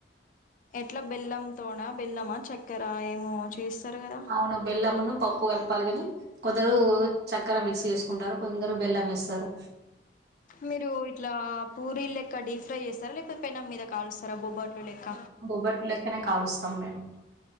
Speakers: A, on the left (about 45°); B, on the right (about 65°).
A: ఎట్లా బెల్లం తోన బెల్లమా చక్కర ఏమో చేస్తారు కదా
B: అవును బెల్లమును పప్పు కలపాలి కాని కొందరు చక్కెర మిక్సీ చేసుకుంటారు కొందరు బెల్లం వేస్తారు
A: మీరు ఇట్లా పూరీ లెక్క డీ ఫ్రై చేస్తారా లేకపోతె పెనం మీద కాలుస్తారా బొబ్బట్లు లెక్క
B: బొబ్బట్లు లెక్కనే కాలుస్తాం మేము